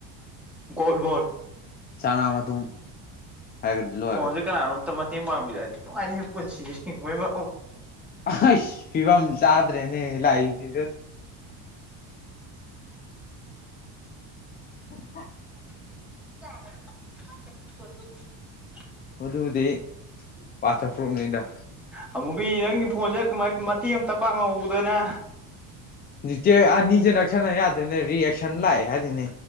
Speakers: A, in the centre; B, on the left (about 25°).
A: ꯒꯣꯜꯕꯣꯜ
B: ꯆꯅꯥꯨꯝ ꯍꯥꯏꯒꯗꯤ ꯂꯨꯔꯦ
A: ꯐꯣꯟꯁꯦ ꯀꯅꯥꯅꯣꯝꯇ ꯃꯇꯦꯡ ꯄꯥꯡꯕꯤꯔꯛꯑꯗꯤ ꯅꯨꯡꯉꯥꯏꯅꯤ ꯍ ꯄꯨꯟꯁꯤꯁꯦ ꯍꯤꯡꯕꯒꯤ
B: ꯑ ꯐꯤꯕꯝ ꯆꯥꯗ꯭ꯔꯦꯅꯦ ꯂꯥꯛꯗꯤ
A: <inaudible>
B: <inaudible> ꯃꯕꯨꯗꯤ ꯋꯥꯇꯔ ꯄ꯭ꯔꯨꯨꯞꯅꯦꯗ
A: ꯑꯃꯨꯕꯤ ꯅꯪꯒꯤ ꯐꯣꯟꯁꯦ ꯀꯃꯥꯏ ꯃꯇꯦꯛ ꯑꯃꯇ ꯄꯥꯡꯉꯧꯕꯗꯅꯦ
B: ꯆꯦ ꯑꯅꯤꯖ ꯅꯛꯁꯟꯅ ꯌꯥꯗ꯭ꯔꯦꯅꯦ ꯔꯤꯌꯦꯁꯟ ꯂꯥꯛꯑꯦ ꯍꯥꯏꯦ ꯁꯤꯅꯦ